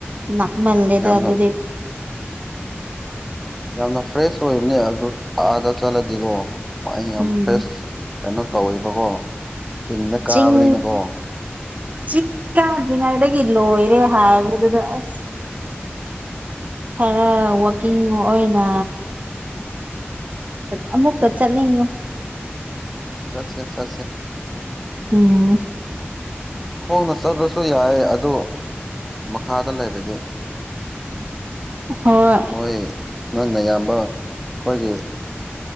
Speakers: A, on the right; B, in the centre.
A: ꯅꯞꯃꯜꯂꯦꯗ
B: ꯌꯥꯝꯅ
A: ꯑꯗꯨꯗꯤ
B: ꯌꯥꯝꯅ ꯐ꯭ꯔꯦꯁ ꯑꯣꯏꯕꯅꯦ ꯑꯗꯨ ꯑꯥꯗ ꯆꯠꯂꯗꯤꯀꯣ ꯑꯩ ꯌꯥꯝ
A: ꯎꯝ
B: ꯐ꯭ꯔꯦꯁ ꯀꯩꯅꯣ ꯇꯧꯋꯦꯕꯀꯣ ꯆꯤꯡꯗ ꯀꯥꯕꯅꯤꯅꯀꯣ
A: ꯆꯤꯡ ꯆꯤꯡ ꯀꯗ꯭ꯔꯤꯉꯩꯗ ꯒꯤ ꯂꯣꯏꯔꯦ ꯍꯥꯏꯕꯗꯨꯗ ꯑꯁ ꯈꯔ ꯋꯀꯤꯡ ꯑꯣꯏꯅ ꯑꯃꯃꯨꯀ ꯆꯂꯤꯅꯨ
B: ꯁꯥꯠꯁꯦ ꯁꯠꯁꯦ
A: ꯎꯝ
B: ꯈꯣꯡꯅ ꯆꯠꯂꯁꯨ ꯌꯥꯏ ꯑꯗꯨ ꯃꯈꯥꯗ ꯂꯩꯔꯗꯤ
A: ꯍꯣꯏ
B: ꯅꯣꯏ ꯅꯣꯏꯅ ꯌꯥꯝ ꯑꯩꯈꯣꯏꯒꯤ